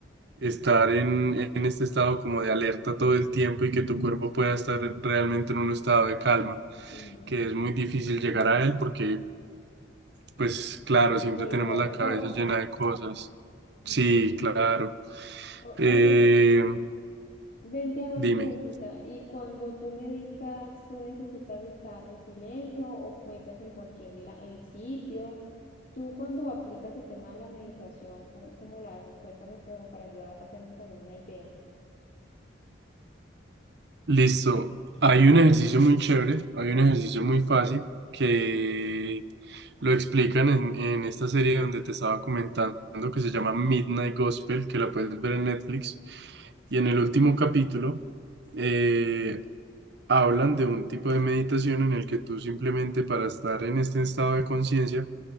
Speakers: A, on the right; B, on the left.
A: estar en, en este estado como de alerta todo el tiempo y que tu cuerpo pueda estar realmente en un estado de calma,
B: mm,
A: que es muy difícil llegar a él porque, pues claro, siempre
B: o el
A: tenemos
B: corre,
A: la cabeza
B: corre.
A: llena de cosas. Sí,
B: mm.
A: claro.
B: O-
A: Eh,
B: oye. Ven, te hago una
A: dime.
B: preguntita. ¿Y cuando tú meditas, tú necesitas estar en silencio o meditas en cualquier la- eh, sitio? Tú cuando aplicas el tema de la meditación, ¿cómo, cómo lo haces? Cuéntame como para ayudar a hacerme también una idea.
A: Listo. Hay un ejercicio muy chévere, hay un ejercicio muy fácil que lo explican en, en esta serie donde te estaba comentando que se llama Midnight Gospel, que la puedes ver en Netflix. Y en el último capítulo eh, hablan de un tipo de meditación en el que tú simplemente para estar en este estado de conciencia,